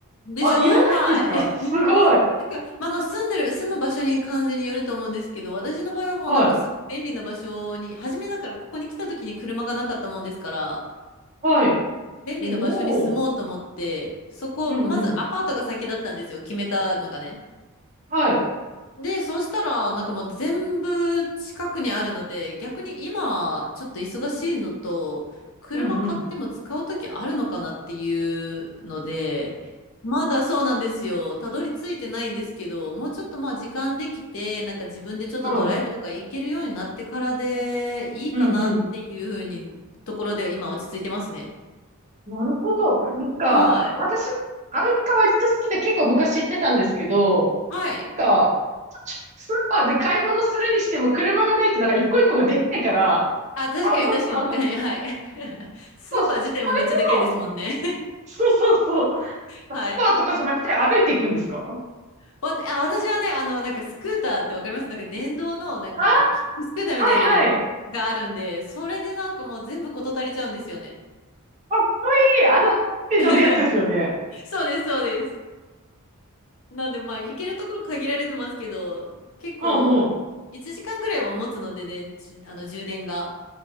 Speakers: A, on the left; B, on the right.
A: でしょはい。
B: あ、いらないんですかすごい。
A: <laughs> なんか、まあ、あの、住んでる、住む場所に完全によると思うんですけど、私の場合はもうなんかすごい便利な場所に、
B: はい。
A: 初めだからここに来た時に車がなかったもんですから、
B: はい。
A: 便利な場所に住もうと思って、
B: おお。
A: そこ、
B: うんうん。
A: まずアパートが先だったんですよ、決めたのがね。
B: はい。
A: で、そしたら、なんかもう全部近くにあるので、逆に今、ちょっと忙しいのと、車買っても使うときあるのかなっていうので、
B: うんうん。
A: まだそうなんですよ。たどり着いてないんですけど、もうちょっとまあ時間できて、なんか自分でちょっとドライブとか行けるようになってからでいいかなっていうふうに、
B: はい。うんうん。
A: ところで今落ち着いてますね。
B: なるほど。なんか、
A: はい。
B: 私、アメリカ割と好きで結構昔行ってたんですけど、
A: はい。
B: なんか、スーパーで買い物するにしても車がないとなんか一個一個がでっかいから、
A: あ、確かに確かに、
B: あ、もちろん、
A: はい。<laughs> スーパー自体もめっちゃでかいですもんね。
B: そう、それも、そうそうそう、ス
A: <laughs>
B: ーパーとかじゃなくて歩いていくんですか
A: はい。わ、あ、私はね、あの、なんかスクーターってわかりますなんか電動の、なんか、
B: あ、
A: キックスクーターみたいなのがあるんで、
B: はいはい。
A: それでなんかもう全部事足りちゃうんですよね。
B: かっこいい。あの、手乗るやつですよね。
A: <laughs> そうです、そうです。なんで、まあ、行けるところ限られてますけど、結構、
B: うんうん。
A: 1時間ぐらいは持つので、電池、あの、充電が。